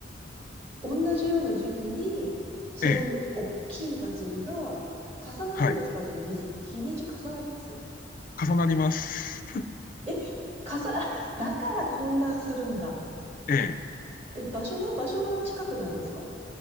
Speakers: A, on the right (about 35°); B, on the left (about 45°).
A: 同じような時期に、そういう大きい祭りが重なるんですかそれ日付、
B: ええ。はい。
A: 日にち重なります
B: 重なります。<laughs>
A: え、重、<laughs> あだから混乱するんだ。
B: ええ。
A: え、場所は場所は近くなんですか